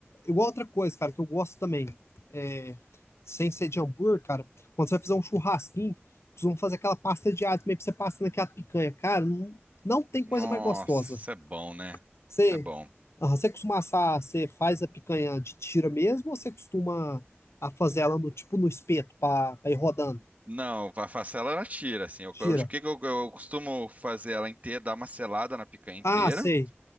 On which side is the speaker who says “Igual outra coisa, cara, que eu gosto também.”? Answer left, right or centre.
Left